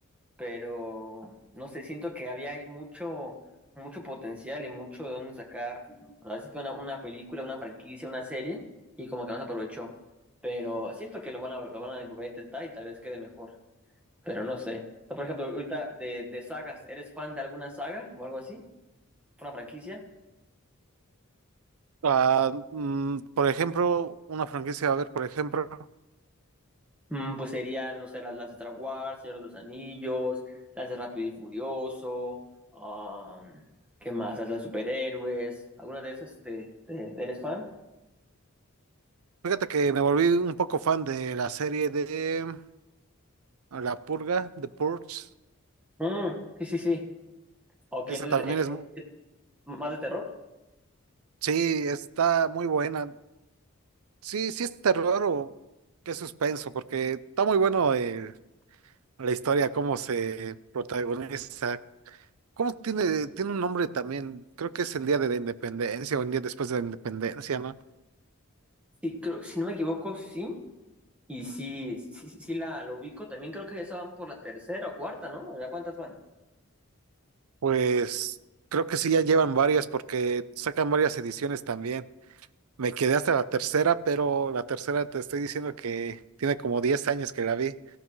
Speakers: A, in the centre; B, on the right (about 80°).
A: pero no sé, siento que había ahí mucho, mucho potencial y mucho de dónde sacar. Así que una, una película, una franquicia, una serie, y como que no se aprovechó. Pero siento que lo van a, lo van a volver a intentar y tal vez quede mejor. Pero no sé. O sea, por ejemplo, ahorita de, de sagas, ¿eres fan de alguna saga o algo así? ¿Una franquicia?
B: Ah, mm, por ejemplo, una franquicia, a ver, por ejemplo,
A: Mm, pues serían, no sé, las, las de Star Wars, Señor de los Anillos, las de Rápido y Furioso, um, ¿qué más? Las de superhéroes, ¿alguna de esas te, te- eres fan?
B: fíjate que me volví un poco fan de la serie de La Purga, The Purge.
A: Mm, sí, sí, sí. Ok,
B: Esa
A: entonces,
B: también
A: eh,
B: es, mu-
A: eh, ¿más de terror?
B: sí, está muy buena. Sí, sí es terror o qué suspenso, porque está muy bueno eh, la historia, cómo se protagoniza. ¿Cómo tiene, tiene un nombre también? Creo que es el día de la independencia o el día después de la independencia, ¿no?
A: Sí, creo, si no me equivoco, sí. Y sí, sí, sí, sí la, la ubico. También creo que esa van por la tercera o cuarta, ¿no? ¿Ya cuántas van?
B: Pues creo que sí, ya llevan varias porque sacan varias ediciones también. Me quedé hasta la tercera, pero la tercera te estoy diciendo que tiene como 10 años que la vi